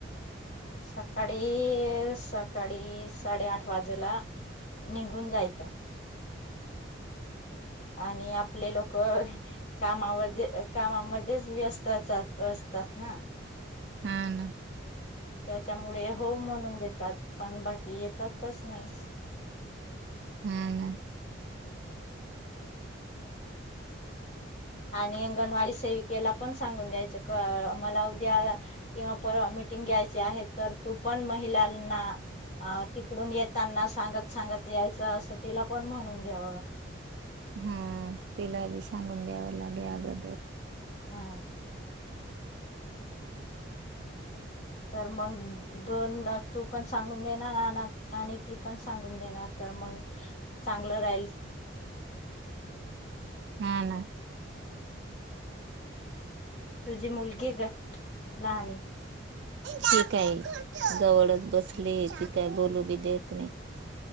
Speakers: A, on the left; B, on the right.
A: सकाळी सकाळी साडेआठ वाजेला निघून जायचं. आणि आपले लोक कामा व.... कामामध्येच व्यस्तच अस.... तस ना..
B: हा ना...
A: त्याच्यामुळे... हो म्हणून देतात. पण बाकी येतातच नाही.
B: हा ना...
A: आणि अंगणवाडी सेविकेला पण सांगून द्यायच का मला उद्या किंवा परवा मिटिंग घ्यायची आहे तर तू पण महिलांना तिकडून येताना.... सांगत सांगत यायचं असं तिला पण म्हणून... द्यावा.
B: हा तिला ब सांगून द्यावं लागे अगोदर.
A: हा. तर मग दोन दा तू पण सांगून देणार आन आणि ती पण सांगून देणार तर मग चांगलं राहील.
B: हा ना.
A: तुझी मुलगी ग लहान.
B: ही काय जवळच बसलीये ती काय बोलू बी देत नाही